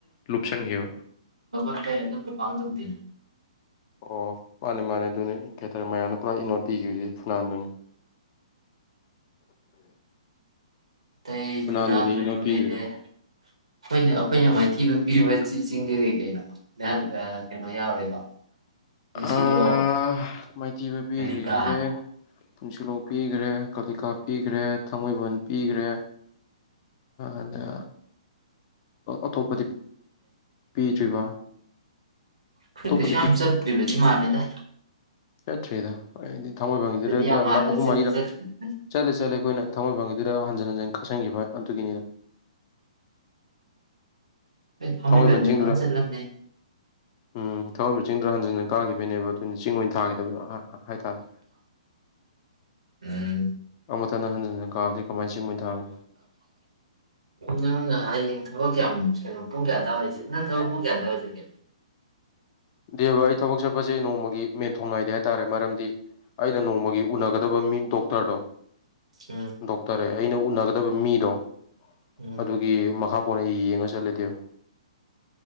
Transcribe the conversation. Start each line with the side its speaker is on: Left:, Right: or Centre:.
Left: ꯂꯨꯞꯁꯟꯈꯤꯕ
Right: ꯀ ꯄꯥꯡ ꯆ <unintelligible>
Left: ꯑꯣ ꯃꯥꯅꯦ ꯃꯥꯅꯦ ꯑꯗꯨꯅꯦ ꯀꯦꯇꯔꯦ ꯃꯌꯥꯝꯅ ꯄꯨꯔꯥ ꯏꯅꯣꯠ ꯄꯤꯈꯤꯕꯁꯦ ꯐꯨꯅꯥꯟꯗꯨꯅꯤ
Right: ꯑꯇꯩ
Left: ꯐꯨꯅꯥꯟꯗꯨꯅꯤ
Right: ꯐꯨꯅꯥ ꯃꯔꯤꯝ
Left: ꯏꯅꯣꯠ ꯄꯤꯈꯤꯕꯗꯣ
Right: ꯂꯩꯔꯦ ꯍꯅꯦ ꯑꯩꯈꯣꯏꯅ ꯃꯥꯏꯊꯤꯕ ꯄꯤꯔꯤꯕ ꯑꯁꯤ ꯆꯁꯤꯡꯖꯦꯔꯤ ꯀꯩꯅꯣ ꯀꯩꯅꯣ ꯌꯥꯎꯔꯦꯕꯣ ꯄꯨꯟꯁꯤꯂꯣꯡꯝ
Left: ꯑꯥ ꯃꯥꯏꯊꯤꯕ ꯄꯤꯈ꯭ꯔꯤꯁꯦ
Right: ꯑꯂꯤꯀꯥ
Left: ꯄꯨꯟꯁꯤꯂꯣꯛ ꯄꯤꯈ꯭ꯔꯦ ꯀꯥꯂꯤꯀꯥ ꯄꯤꯈ꯭ꯔꯦ ꯊꯥꯡꯃꯩꯕꯟ ꯄꯤꯈ꯭ꯔꯦ ꯑꯗ ꯑꯇꯣꯞꯄꯗꯤ ꯄꯤꯗ꯭ꯔꯤꯕ
Right: ꯈ
Left: ꯑꯇꯣꯞꯄꯗꯤ
Right: ꯀꯁꯝ ꯆꯠ ꯕꯤꯔꯣꯖꯤ ꯃꯥꯅꯦꯗ
Left: ꯆ ꯊꯔꯤꯗ ꯍꯣꯏꯗꯤ ꯊꯥꯡꯃꯣꯏꯕꯪꯒꯤꯗꯨꯗ ꯀꯌꯥ
Right: ꯌꯥꯝ ꯃꯥꯜꯂꯦ
Left: ꯑꯍꯨꯝ
Right: ꯆꯠꯇꯤ
Left: ꯃꯔꯤꯗ
Right: ꯆꯠꯇ꯭ꯔꯤꯗ
Left: ꯆꯠꯂꯦ ꯆꯠꯂꯦ ꯑꯩꯈꯣꯏꯅ ꯊꯥꯡꯃꯣꯏꯕꯪꯒꯤꯗ ꯑꯗꯨꯗ ꯍꯟꯖꯤꯟ ꯍꯟꯖꯤꯟ ꯈꯛꯆꯟꯈꯤꯕ ꯑꯗꯨꯒꯤꯅꯤꯅ
Right: ꯍꯣꯏ ꯊꯥꯡꯃꯩꯕꯟꯗꯗꯤ
Left: ꯊꯥꯡꯃꯩꯕꯟꯁꯤꯡꯗꯨꯗ
Right: ꯐꯖꯅ ꯆꯠꯂꯝꯅꯤ
Left: ꯎꯝ ꯊꯧꯔꯝ ꯃꯤꯁꯤꯡꯗꯨꯗꯣ ꯍꯟꯖꯤꯟꯟꯅ ꯀꯥꯈꯤꯕꯅꯦꯕ ꯑꯗꯨꯅꯤ ꯆꯤꯡ ꯑꯣꯏꯅ ꯊꯥꯒꯗ ꯍꯥꯏꯇꯥꯔꯦ
Right: ꯎꯝ
Left: ꯑꯃꯨꯊꯪꯅ ꯍꯟꯖꯤꯟ ꯍꯟꯅ ꯀꯥꯕꯗꯤ ꯀꯃꯥꯏꯅ ꯆꯤꯡ ꯑꯣꯏꯅ ꯊꯥꯒꯗ
Right: ꯅꯪ ꯍꯌꯦꯡ ꯊꯕꯛ ꯀꯌꯥꯝ ꯀꯩꯅꯣ ꯄꯨꯡ ꯀꯌꯥꯗꯋꯥꯏꯔꯤꯁꯤꯦ ꯅꯠꯇ꯭ꯔꯒ ꯄꯨꯡ ꯀꯌꯥꯗꯋꯥꯏ ꯑꯣꯏꯁꯤꯒꯦ
Left: ꯗꯦ ꯕ ꯑꯩ ꯊꯕꯛ ꯆꯠꯄꯁꯦ ꯅꯣꯡꯃꯒꯤ ꯃꯦꯟꯊꯣꯡꯅꯥꯏꯗꯦ ꯍꯥꯏꯇꯥꯔꯦ ꯃꯔꯝꯗꯤ ꯑꯩꯅ ꯅꯣꯡꯃꯒꯤ ꯎꯅꯒꯗꯕ ꯃꯤ ꯗꯣꯛꯇꯔꯗꯣ
Right: ꯎꯝ
Left: ꯗꯣꯛꯇꯔꯦ ꯑꯩꯅ ꯎꯅꯒꯗꯕ ꯃꯤ ꯗꯣ
Right: ꯎꯝ
Left: ꯑꯗꯨꯒꯤ ꯃꯍꯥꯛ ꯀꯣꯟꯅ ꯌꯦꯡꯉ ꯆꯠꯂꯇꯦꯕ